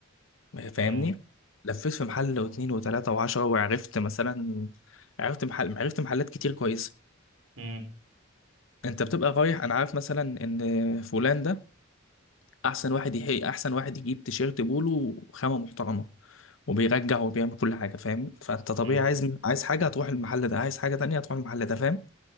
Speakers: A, on the left; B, on the right.
A: فاهمني
B: اه
A: لفيت في محل واتنين وتلاته وعشرة وعرفت مثلا عرفت محل عرفت محلات كتير كويسه
B: امم
A: انت بتبقى رايح انا عارف مثلا ان فلان ده احسن واحد يحقق احسن واحد يجيب تيشيرت بولو وخامه محترمه وبيرجع وبيعمل كل حاجه فاهم فانت
B: صح
A: طبيعي عايز عايز حاجه هتروح المحل ده عايز حاجه تانية هتروح المحل ده فاهم